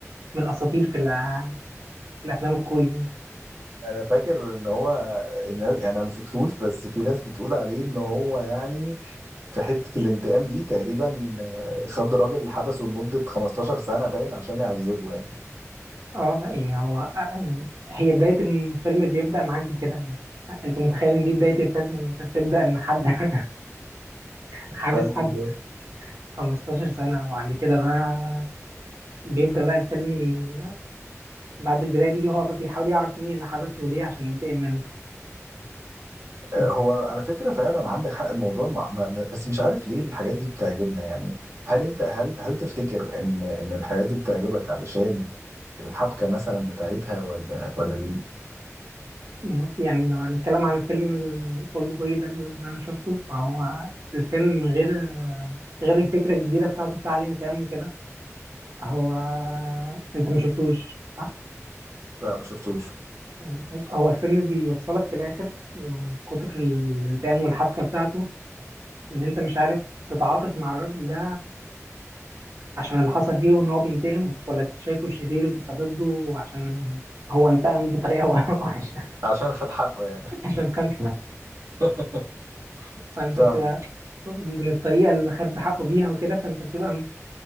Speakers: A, on the right; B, on the right.
A: من الاساطير في, الأ- في الافلام الكورية
B: انا فاكر ان هو الناس يعني انا ما شفتوش بس في ناس بتقول عليه ان هو يعني في حتة الانتقام دي تقريبا آه، خد راجل حبسه لمدة 15 سنة باين عشان يعذبه يعني
A: اه لا يعني هو آه، يعني هي بداية الفيلم بيبدأ معاك بكده يعني انت متخيل ان دي بداية الفيلم ان انت بتبدأ ان حد <laughs> حابس
B: حد
A: حد
B: ده
A: 15 سنة وبعد كده بقى بيبدأ بقى الفيلم ي- بعد البداية دي هو بقى بيحاول يعرف مين اللي حبسه وليه عشان ينتقم منه
B: آه،
A: بت-
B: هو على فكرة فعلا عندك حق الموضوع مع... ما... ما- بس مش عارف ليه الحاجات دي بتعجبنا يعني هل انت هل هل تفتكر ان ان الحاجات دي بتعجبك علشان الحبكة مثلا بتاعتها ولا ولا ليه؟
A: بص يعني لو هنتكلم عن الفيلم الأولد بوي ده اللي أنا شفته فهو الفيلم غير غير الفكرة الجديدة بتاعته بتاع الانتقام وكده هو أنت ما شفتوش صح؟
B: لا ما شفتوش
A: بص هو الفيلم بيوصلك في الآخر من كتر الانتقام والحبكة بتاعته إن أنت مش عارف تتعاطف مع الراجل ده عشان اللي حصل فيه وان هو بينتقم ولا أنت شايفه شرير وتبقى ضده عشان هو انتقم بطريقه <laughs> وحشه
B: عشان خد حقه يعني
A: عشان خد
B: <laughs>
A: فانت
B: فاهمك
A: بتبقى من الطريقه اللي خد حقه بيها وكده فانت بتبقى م-